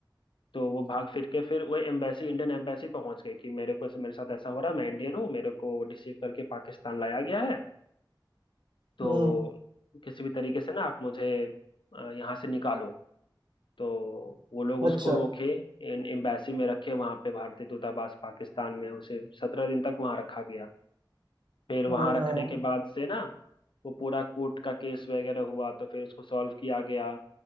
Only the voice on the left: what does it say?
तो वो भाग फिर के फिर वो एम्बेसी इंडियन एम्बेसी पहुंच गए कि मेरे को मेरे साथ ऐसा हो रहा है मैं इंडियन हूँ मेरे को रिसीव करके पाकिस्तान लाया गया है तो
किसी भी तरीके से ना आप मुझे अ, यहाँ से निकालो तो वो लोग उसको
रोके इन एम्बेसी में रखे वहां पे भारतीय दूतावास पाकिस्तान में उसे सत्रह दिन तक वहां रखा गया फिर
वहां रखने
के बाद से ना वो पूरा कोर्ट का केस वगैरह हुआ तो फिर उसको सॉल्व किया गया